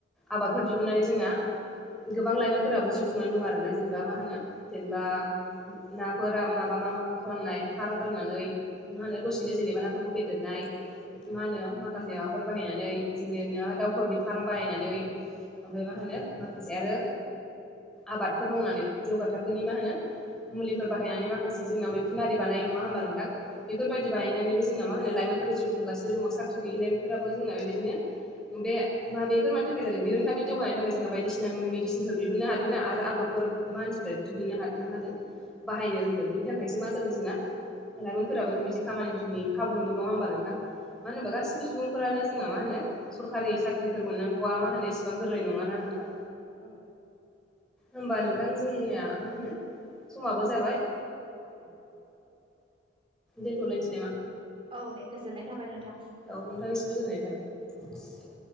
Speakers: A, in the centre; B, on the right.
A: आबादफोर दिहुननानै जोंना गोबां लाइमोनफोराबो जिउ खुंनाय दं आरो ना जेन बा मा होनो जेनबा नाफोरा माबा मा खालामनाय फाराम खालामनानै मा होनो दसेनो जेनेबा नाफोरखौ फेदेरनाय मा होनो माखासेयाव फोर बाहायनानै जेने <unintelligible> दाउफोरनि फाराम बानायनानै ओमफाय मा होनो माखासे आरो आबादफोर मावनानै जौगा थाखोनि मा होनो मुलिफोर बाहायनानै माखासे जोंना मैखुन आरि बानायो नङा होमबा नोंथां। बेफोरबायदि बानायनानैबो जोंना मा मा होनो लाइमोनफोरा जिउ खुंगासिनो दङ'। साख्रि गैयै लाइमोनफोराबो जोंना बेबायदिनो बे मा बेफोर मानि थाखाय जादों? बिरोंदामिन जौगानायनि थाखाय जोंना बायदिसिना मेडिसिनफोर दिहुननो हादों ना आरो <unintelligible> <unintelligible> फोर मानसिफोरा दिहुननो हाद मा <unintelligible> बाहायनो रोंदों बिनि थाखायसो मा जादों जोंना लाइमोन फोराबो बेबायदि खामानिफोरनि खाबु मोनदों नङा होमबा नोंथां मानो होनबा गासिबो सुबुंफोरानो जोंना मा होनो सरखारि साख्रिफोर मोननांगौआ मा होनो इसेबां गोरलै नङा ना नोंथां।
B: औ
A: होमबा नोंथां जोंनिया मा होनो समाबो जाबाय।
B: औ
A: दोनथ'लायनोसै नामा?
B: औ दे गोजोननाय थाबाय नोंथां।
A: औ नोंथांनिसिमबो गोजोननाय थाबाय।